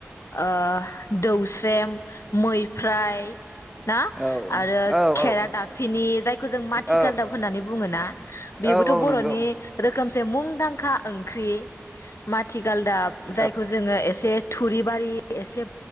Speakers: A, on the left (about 70°); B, in the centre.
A: ओ दौस्रेम, मैफ्राय। ना
B: औ
A: आरो
B: औ
A: खेरा
B: औ
A: दाफिनि जायखौ जों माथि
B: औ
A: गालदाब होन्नानै बुङो ना बेबोथ'
B: औ औ
A: बर'नि
B: नंगौ
A: रोखोम जे मुंदांखा ओंख्रि। माथि गालदाब जायखौ
B: औ
A: जोङो एसे थुरिबारि एसे